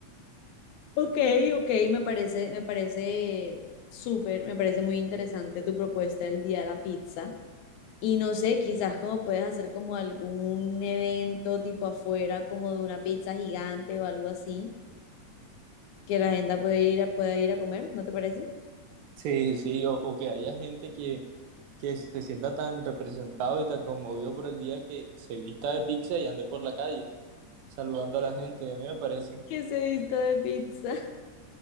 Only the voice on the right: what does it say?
Sí, sí, o, o que haya gente que, que se sienta tan representado y tan conmovido por el día que se vista de pizza y ande por la calle. saludando a la gente, a mí me parece.